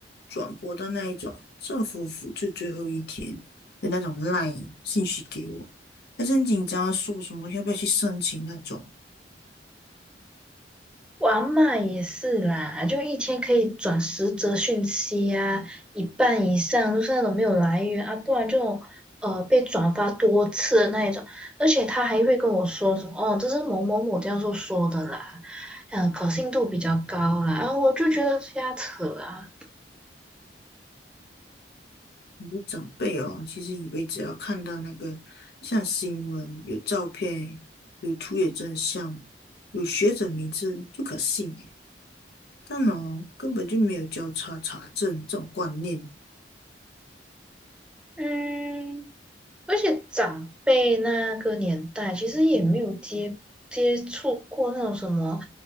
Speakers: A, on the left; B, in the centre.
A: 转播到那一种政府复制最后一天的那种 LINE 信息给我，还是很紧张啊，说什么要不要去申请那种。
B: 我阿嬷也是啦，就一天可以转十则讯息啊，一半以上都是那种没有来源啊，不然就呃被转发多次的那一种。而且他还会跟我说什么哦，这是某某某教授说的啦，嗯，可信度比较高啦，啊，我就觉得瞎扯啊。
A: 很多长辈哦，其实以为只要看到那个像新闻、有照片、有图有真相、有学者名字就可信耶，但哦，根本就没有交叉查证这种观念。
B: 嗯。而且长辈那个年代其实也没有接接触过那种什么